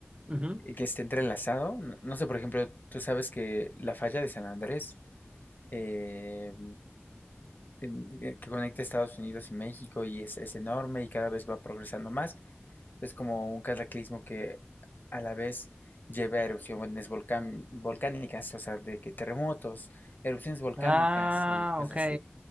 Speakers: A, on the right; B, on the left.
A: Ujú.
B: eh, que esté entrelazado. No, no sé, por ejemplo, tú sabes que la falla de San Andrés, eh, en- que que conecta Estados Unidos y México y es, es enorme y cada vez va progresando más. Es como un cataclismo que a la vez lleva a erupciones volcán- volcánicas, o sea, de que terremotos, erupciones volcánicas
A: Ah,
B: y cosas
A: ok.
B: así.